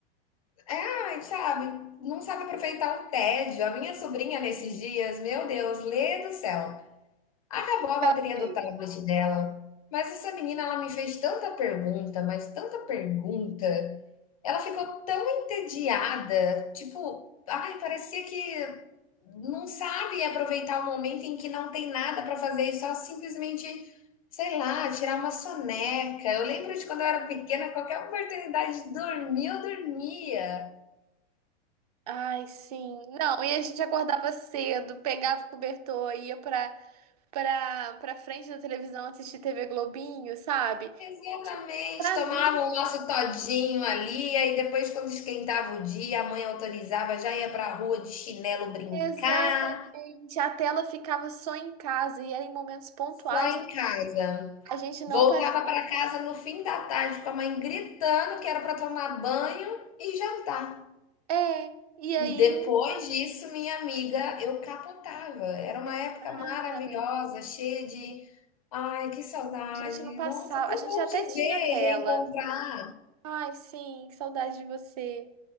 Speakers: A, on the left; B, on the right.
A: É, sabe? Não sabe aproveitar o tédio. A minha sobrinha nesses dias, meu Deus, lê do céu. Acabou a bateria
B: Ela fez.
A: do tablet dela. Mas essa menina, ela me fez tanta pergunta, mas tanta pergunta. Ela ficou tão entediada, tipo, ai, parecia que não sabe aproveitar o momento em que não tem nada para fazer e só simplesmente, sei lá, tirar uma soneca. Eu lembro de quando eu era pequena, qualquer oportunidade de dormir, eu dormia.
B: Ai, sim. Não, e a gente acordava cedo, pegava o cobertor, ia pra, pra, pra frente da televisão assistir TV Globinho, sabe?
A: Exatamente,
B: Tipo, Pra
A: tomava
B: mim,
A: o nosso todinho ali, aí depois, quando esquentava o dia, a mãe autorizava, já ia pra rua de chinelo brincar,
B: exatamente. A tela ficava só em casa e era em momentos pontuais.
A: só em casa.
B: A gente não.
A: Voltava
B: pa-
A: para casa no fim da tarde com a mãe gritando que era para tomar banho e jantar.
B: É, e aí.
A: E depois disso, minha amiga, eu capotava. Era uma
B: Exatamente.
A: época maravilhosa, cheia de ai, que saudade.
B: A gente não passava.
A: Nossa, é tão
B: A gente
A: bom
B: até
A: te
B: tinha
A: ver,
B: tela.
A: reencontrar.
B: Ai, sim, que saudade de você.